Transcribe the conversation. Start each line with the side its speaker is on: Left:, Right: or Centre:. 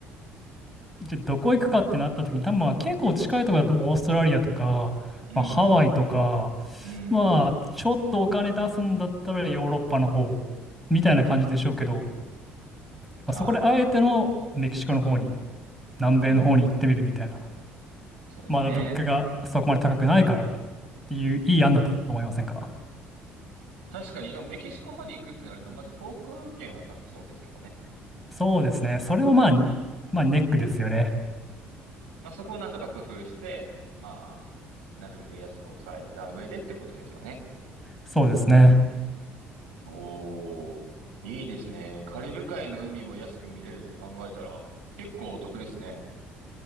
Centre: じゃあどこ行くかってなった時に多分まあ結構近いところだとオーストラリアとか、
Right: うん、
Centre: まあ、ハワイとか、
Right: うん、
Centre: まあちょっとお金出すんだったらヨーロッパの方みたいな感じでしょうけど、
Right: うん。
Centre: まあ、
Right: はい。
Centre: そこであえてのメキシコの方に、南米の方に行ってみるみたいな。
Right: うん。そうですね。
Centre: まだ物価がそこまで高くないからっていういい案だと思いませんか
Right: 確かに、でもメキシコまで行くってなると、まず航空券は高そうですけどね。
Centre: そうですね。それもまあ、まあネックですよね。
Right: まあそこを何とか工夫して、まあ、なるべく安く抑えた上でってことですよね。
Centre: そうですね。
Right: おー、いいですね。カリブ海の海を安く見れるって考えたら、結構お得ですね。